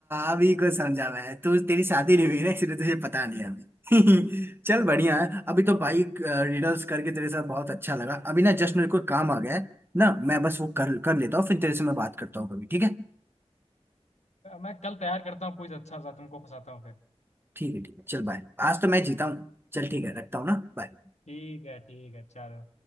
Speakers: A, on the right; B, on the left.
A: अभी को समझा मैं तो तेरी शादी नहीं हुई ना इसलिए तुझे पता नहीं है अभी <laughs> चल बढ़िया है अभी
B: अब
A: तो भाई रिडल्स करके तेरे साथ बहुत अच्छा लगा अभी ना जस्ट मेरे को काम आ गया है ना मैं बस वो कर कर लेता हूँ फिर तेरे से मैं बात करता हूँ कभी ठीक है
B: मैं कल तैयार करता हूँ कुछ अच्छा सा तुमको फंसाता हूँ फिर
A: ठीक है ठीक है चल बाय आज तो मैं जीता हूँ चल ठीक है रखता हूँ ना बाय
B: ठीक है ठीक है चलो